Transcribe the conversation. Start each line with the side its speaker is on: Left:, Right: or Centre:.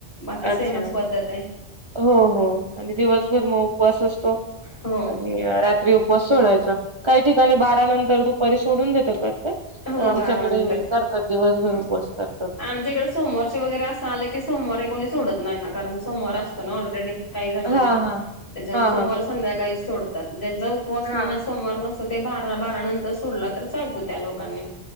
Left: बाकी
Right: अच्छा.
Left: सेमच पद्धत आहे.
Right: हो हो आणि दिवसभर मग उपवास असतो
Left: हो
Right: आणि रात्री उपवास सोडायचा काही ठिकाणी बारा नंतर तू पारी सोडून देतात कट्ट
Left: हो
Right: आमच्याकडे
Left: बाळानंतर
Right: करतात दिवसभर
Left: हम्म
Right: उपवास करतात.
Left: आमच्याकडे सोमवारचे वगैरे असं आलं की सोमवारी कोणी सोडत नाही ना कारण सोमवार असतो ना ऑलरेडी काही जणांचा
Right: हां,
Left: त्याच्या
Right: हां. हां,
Left: सोमवार
Right: हां. मग
Left: संध्याकाळी सोडतात ज्यांचा उपवास
Right: हां.
Left: सोमवार न. ते बारा बारा नंतर सोडलं तर चालतो त्या लोकांनी